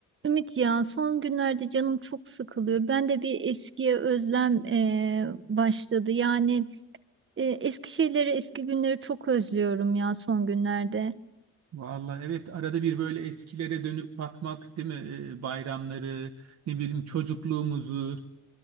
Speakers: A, on the right; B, on the right.
A: Ümit ya son günlerde canım çok sıkılıyor. Ben de bir eskiye özlem eee, başladı. Yani eee, eski şeyleri, eski günleri çok özlüyorum ya son günlerde.
B: Vallahi evet arada bir böyle eskilere dönüp bakmak değil mi? Ee, bayramları, ne bileyim çocukluğumuzu